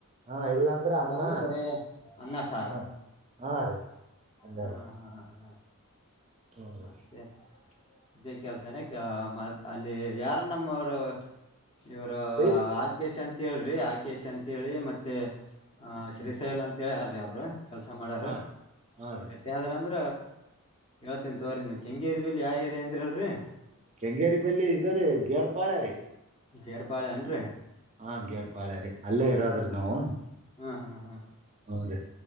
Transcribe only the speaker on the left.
ಇಲ್ಲ
ಅಂದ್ರೆ ಬರೇ ಅನ್ನ ಸಾರ
ಹ್ಮ ಹಾ ಹಾ
ಮತ್ತೆ
ಇದೇ ಕೆಲ್ಸನೆ ಮ ಅಲ್ಲಿ ಯಾರ ನಮ್ಮವರು ಇವರು
ಆಕೇಶ್ ಅಂತ ಹೇಳ್ರಿ ಆಕೇಶ್ ಅಂತ ಹೇಳಿ ಮತ್ತೆ ಹ ಶ್ರೀಶೈಲ
ಅಂತ ಹೇಳ್ಯಾರೀ ಅವರು ಕೆಲ್ಸ ಮಾಡಾರ
ಬೆಟ್ಟಿ ಆದ್ರ ಅಂದ್ರ್ ಹೇಳ್ತನ್ ತೋರಿ ನೀವ ಕೆಂಗರಿ ಬಲ್ಲೀ ಯಾವ ಏರಿಯಾ ಅಂದ್ರ ಅಲ್ರೀ
ಗೇರ್ಪಾಳ್ಯ ಏನ್ರಿ
ಹಾ ಹಾ ಹಾ